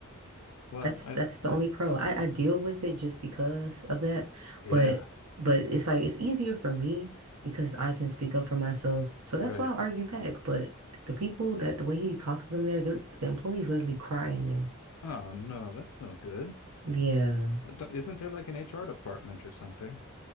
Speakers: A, on the left; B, on the right.
A: Well,
B: That's
A: I,
B: that's the only pearl. I I deal with it just because of that,
A: Yeah,
B: but but it's like it's easier for me because I can speak up for myself. So that's
A: right.
B: why I argue back. But the people that the way he talks to them there, they're- the employees literally cry in there.
A: Oh no, that's no good.
B: Yeah.
A: Uh, don't- Isn't there like an HR department or something?